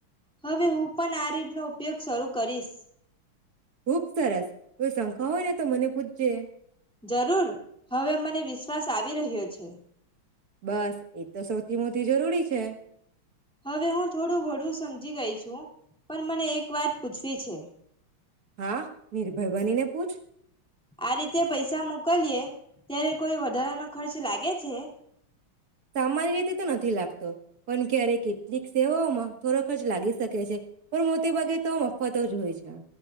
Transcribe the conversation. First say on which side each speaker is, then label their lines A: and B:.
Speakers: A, in the centre; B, on the right.
A: હવે હું પણ આ રીડનોો ઉપયોગ શરૂ કરીશ.
B: ખુબ સરસ કોઈ શંકા હોય ને તો મને પૂછજે.
A: જરૂર હવે મને વિશ્વાસ આવી રહ્યો છે.
B: બસ એ તો સૌ. ધી મોથી જરૂરી છે.
A: હવે હું થોડું ઘડું સમજી ગઈ છું પણ મને એક વાત પૂછવી છે.
B: હા નિર્ભય બની ને. પુછ.
A: આ રીતે પૈસા મોકલીએ ત્યારે કોઈ વધારાનો ખર્ચ લાગે છે.
B: સામાન્ય રીતે તો નથી લાગત. પણ ક્યારે કેટલીક સેવાઓમાં થોડો ખર્ચ લાગી શકે છે પણ મોટે ભાગે તો મફતો જ હોય છે.